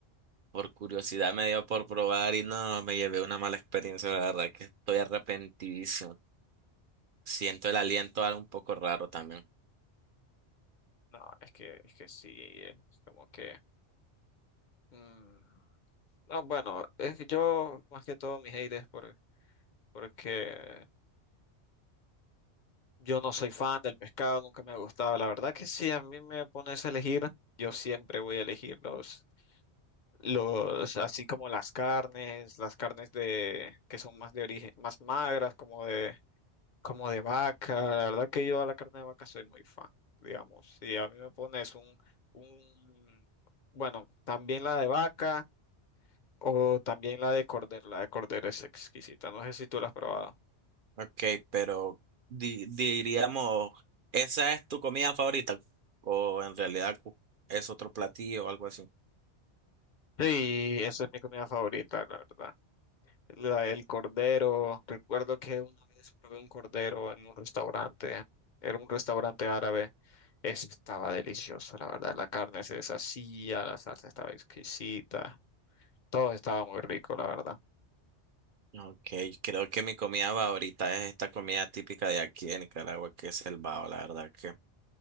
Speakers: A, on the right; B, on the left.
A: Por curiosidad me dio por probar y no, me llevé una mala experiencia, la verdad que estoy arrepentidísimo. Siento el aliento algo un poco raro también.
B: No, es que, es que sí, es como que... mm, no, bueno, es que yo más que todo mis hate es por, porque yo no soy fan del pescado, nunca me ha gustado. La verdad que si a mí me pones a elegir, yo siempre voy a elegir los, los, así como las carnes, las carnes de, que son más de origen, más magras, como de, como de vaca. La verdad que yo a la carne de vaca soy muy fan, digamos. Si a mí me pones un, un, bueno, también la de vaca. O también la de cordero, la de cordero es exquisita, no sé si tú la has probado.
A: Ok, pero di- diríamos, ¿esa es tu comida favorita? ¿O en realidad cu- es otro platillo o algo así?
B: Sí, esa es mi comida favorita, la verdad. La del cordero, recuerdo que una vez probé un cordero en un restaurante, era un restaurante árabe, estaba delicioso, la verdad, la carne se deshacía, la salsa estaba exquisita, todo estaba muy rico, la verdad.
A: Ok, creo que mi comida favorita es esta comida típica de aquí de Nicaragua, que es el bao, la verdad que